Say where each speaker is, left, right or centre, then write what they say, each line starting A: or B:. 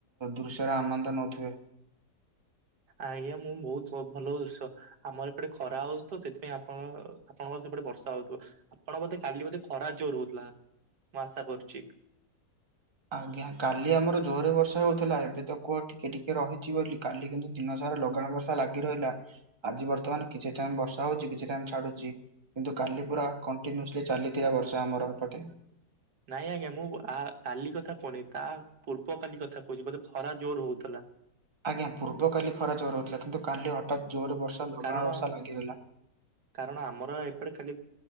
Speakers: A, on the right; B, on the right.
A: ଦୃଶ୍ୟର ଆନନ୍ଦ ନଉଥିବେ।
B: ଆଜ୍ଞା ମୁଁ ବହୁତ ଭଲ ଦୃଶ୍ୟ ଆମର ଏପଟେ ଖରା ହଉଚି ତ ସେଥିପାଇଁ ଆପଣ ଆପଣଙ୍କର ସେପଟେ ବର୍ଷା ହଉଥିବ, ଆପଣ ବୋଧେ କାଲି ବୋଧେ ଖରା ଜୋର ହଉଥିଲା ମୁଁ ଆଶା କରୁଚି।
A: ଆଜ୍ଞା କାଲି ଆମର ଜୋରେ ବର୍ଷା ହଉଥିଲା ଏବେ ତ କୁହ ଟିକେ ଟିକେ ରହିଛି ବୋଲି, କାଲି କିନ୍ତୁ ଦିନ ସାରା ଲଗାଣ ବର୍ଷା ଲାଗି ରହିଲା ଆଜି ବର୍ତ୍ତମାନ କିଛି ଟାଇମ ବର୍ଷା ହଉଚି କିଛି ଟାଇମ ଛାଡୁଚି। କିନ୍ତୁ କାଲି ପୁରା କଣ୍ଟିନୁସଲି ଚାଲିଥିଲା ବର୍ଷା ଆମର ଏପଟେ।
B: ନାଇଁ ଆଜ୍ଞା ମୁଁ ଆ କାଲି କଥା କୁହନି ତା ପୂର୍ବ କାଲି କଥା କହୁଚି ବୋଧେ ଖରା ଜୋର ହଉଥିଲା।
A: ଆଜ୍ଞା ପୂର୍ବ କାଲି ଖରା ଜୋର ହଉଥିଲା କିନ୍ତୁ କାଲି ହଠାତ୍ ଜୋରେ ବର୍ଷା ଲଗାଣ
B: କାରଣ
A: ବର୍ଷା ଲାଗିଗଲା।
B: କାରଣ ଆମର ଏପଟେ ଖାଲି